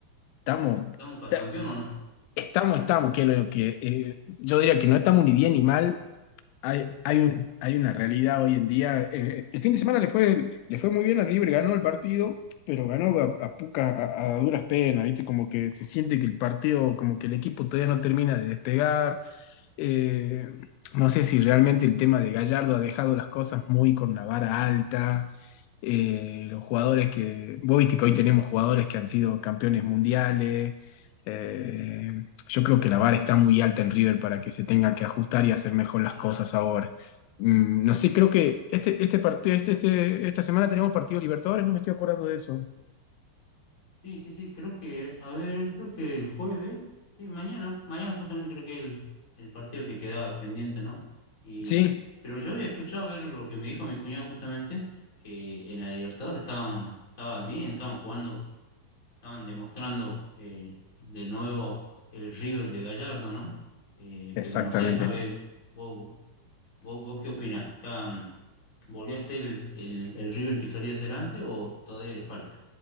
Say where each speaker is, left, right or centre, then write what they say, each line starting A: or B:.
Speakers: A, on the left; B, on the left.
A: Estamos,
B: estamos para
A: ta-
B: campeón o no?
A: estamos, estamos, que, lo, que eh, yo diría que no estamos ni bien ni mal, Hay, hay, un- hay una realidad hoy en día. eh, el fin de semana le fue, le fue muy bien al River, ganó el partido, pero ganó a, a poca- a- a duras penas, ¿viste? Como que se siente que el partido, como que el equipo todavía no termina de despegar. Eh, no sé si realmente el tema de Gallardo ha dejado las cosas muy con la vara alta. Eh, los jugadores que, vos viste que hoy tenemos jugadores que han sido campeones mundiales. Eh, yo creo que la vara está muy alta en River para que se tenga que ajustar y hacer mejor
B: Claro.
A: las cosas ahora. Mm, no sé, creo que este, este partido, este, este- esta semana tenemos partido Libertadores, no me estoy acordando de eso.
B: Sí, sí, sí, creo que, a ver, creo que el jueves, sí, mañana, mañana justamente creo que el, el partido que quedaba pendiente, ¿no? Y,
A: Sí,
B: pero yo había escuchado ver lo que me dijo mi cuñado justamente, que en la Libertadores estaban, estaba bien, estaban jugando, estaban demostrando eh, de nuevo el River de Gallardo, ¿no? Eh,
A: exactamente.
B: pero no sé, a ver, vos, vos, vos qué opinás, ¿Están, volvió a ser el, el, el River que solía ser antes o todavía le falta?